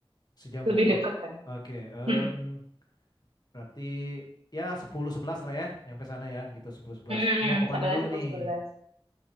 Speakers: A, on the left; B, on the right.
A: Sejam
B: Lebih
A: ya. Oke.
B: deket kan.
A: Oke, em,
B: Mm-mm.
A: berarti ya 10 11 lah ya nyampe sana ya gitu 10 sebelas
B: Mm-mm.
A: Mau kemana
B: Sampai lah
A: dulu
B: 10,
A: nih?
B: 11.